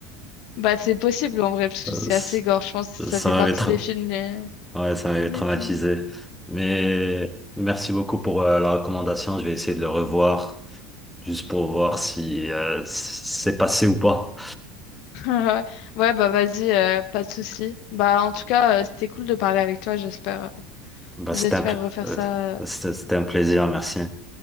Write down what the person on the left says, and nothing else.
Bah, c'est possible en vrai parce que
c'est
assez gore. Je pense que ça
fait
partie
des films les
les
plus gore.
<laughs> Ouais, bah vas-y, euh, pas de souci. Bah, en tout cas, euh, c'était cool de parler avec toi. J'espère, euh,
j'espère
refaire
ça. euh,